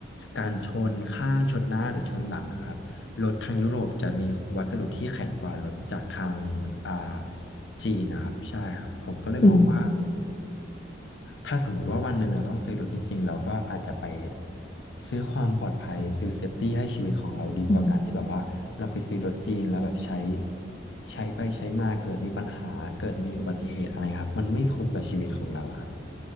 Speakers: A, on the left; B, on the left.
A: การชนข้างชนหน้าหรือชนหลังนะครับ รถทางยุโรปจะมีวัสดุที่แข็งกว่ารถจากทางอ่าจีนนะครับใช่ครับผมก็เลยมองว่า
B: อืม
A: ถ้าสมมุติว่าวันหนึ่งเราต้องซื้อรถจริงๆเราก็อาจจะไปซื้อความปลอดภัยซื้อเซฟตี้ให้ชีวิตของเราดีกว่าการที่แบบว่าเราไปซื้อรถจีนแล้วแบบใช้
B: อืม
A: ใช้ไปใช้มาเกิดมีปัญหาเกิดมีอุบัติเหตุอะไรครับมันไม่คุ้มกับชีวิตของเราอะครับ